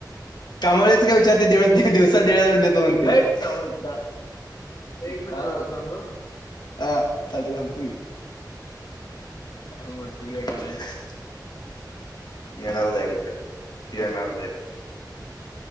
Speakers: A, on the left (about 70°); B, on the left (about 45°).
A: काम वाल्याच काय विचारते दि दिवसा दीड हजार देतो म्हणते, <unintelligible>
B: एक मिनिट
A: काय मोठं
B: जरा थांब.
A: हा चालतय थांबतो की, काय मोठं फेकालाईस मी येणारच आहे, येणार आहे.